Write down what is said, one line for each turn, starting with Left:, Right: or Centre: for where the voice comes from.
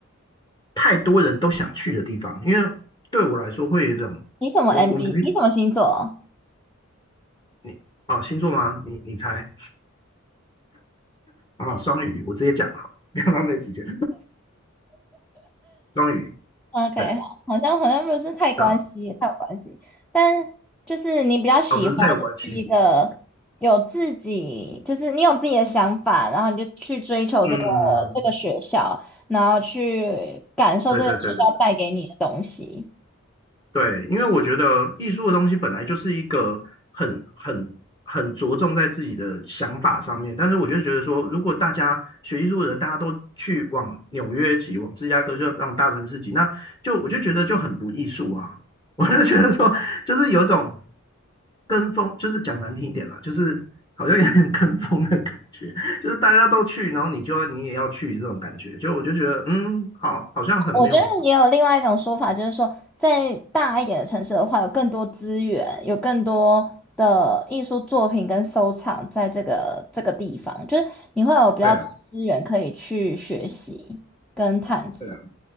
Left: 太多人都想去的地方，因为对我来说会有一种我我们
Centre: 你什么 MB？你什么星座
Left: 你啊、星座吗？你你猜好不好？双鱼，我直接讲好，<laughs> 不要浪费时间，双鱼，
Centre: ？OK，
Left: 对，
Centre: 好，好像好像不是太关系，
Left: 这样
Centre: 太有关系。但就是你比较喜欢去一个有自己，
Left: 啊哦，不是太有关系。
Centre: 就是你有自己的想法，然后你就去追求这个这个学校，
Left: 嗯，
Centre: 然后去感受这个学校带给你的东西。
Left: 对对对对对对，因为我觉得艺术的东西本来就是一个很很很着重在自己的想法上面，但是我就觉得说，如果大家学艺术的人，大家都去往纽约挤，往芝加哥就往大城市挤，那就我就觉得就很不艺术啊，<laughs> 我就觉得说，就是有一种跟风，就是讲难听一点啦，就是好像有点跟风的感觉，就是大家都去，然后你就要你也要去这种感觉，就我就觉得嗯，好，好像很没有。
Centre: 我觉得也有另外一种说法，就是说，在大一点的城市的话，有更多资源，有更多的艺术作品跟收藏在这个这个地方，就是你会有比较多资源可以去学习跟探索，
Left: 对啊。对啊，